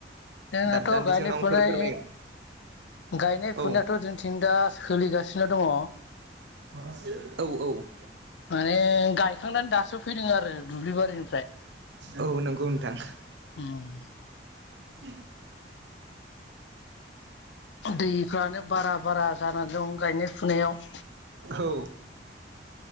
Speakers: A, on the left; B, on the right.
A: जोंनाथ'
B: दा दान्दिसे
A: गायनाय
B: उनाव आंफोर
A: फुनाय
B: फोरमायगोन
A: गायनाय फुनायाथ'
B: औ
A: जोंथिं जोंथि दा सोलिगासिनो दङ'।
B: <unintelligible> औ औ।
A: माने गायखांनानै दासो फैदों आरो दुब्लि बारिनिफ्राय।
B: औ नंगौ नोंथां
A: उम।
B: <inaudible>
A: दैफ्रानो बारा बारा जानानै दं गायनाय फुनायाव।
B: औ